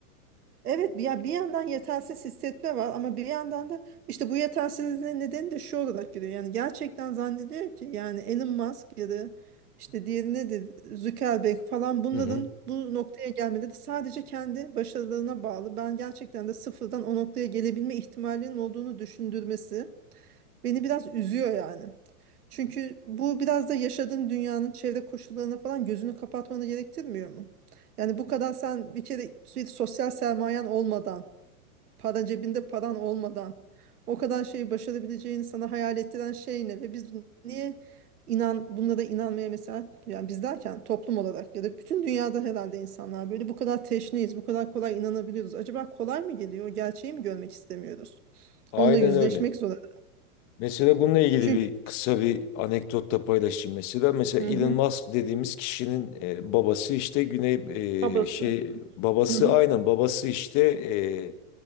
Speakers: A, on the right; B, on the left.
A: Evet ya bir yandan yetersiz hissetme var ama bir yandan da işte bu yetersizliğin nedeni de şu olarak geliyor. Yani gerçekten zannediyor ki yani Elon Musk ya da işte diğeri nedir Zuckerberg falan bunların
B: Hı hı.
A: bu noktaya gelmeleri sadece kendi başarılarına bağlı. Ben gerçekten de sıfırdan o noktaya gelebilme ihtimalinin olduğunu düşündürmesi. Beni biraz üzüyor yani. Çünkü bu biraz da yaşadığın dünyanın çevre koşullarına falan gözünü kapatmanı gerektirmiyor mu? Yani bu kadar sen bir kere sürekli sosyal sermayen olmadan, paran cebinde paran olmadan o kadar şeyi başarabileceğini sana hayal ettiren şey ne? Ve biz niye inan bunlara inanmaya mesela yani biz derken toplum olarak ya da bütün dünyada herhalde insanlar böyle bu kadar teşneyiz, bu kadar kolay inanabiliyoruz. Acaba kolay mı geliyor? O gerçeği mi görmek istemiyoruz?
B: Aynen
A: Onunla yüzleşmek
B: öyle.
A: zorunda.
B: Mesela bununla ilgili
A: Çünkü
B: bir kısa bir anekdot da paylaşayım mesela. Mesela
A: Hı
B: Elon
A: hı.
B: Musk dediğimiz kişinin e, babası işte Güney
A: Babası.
B: e, şey babası
A: Hı hı.
B: aynen babası işte e,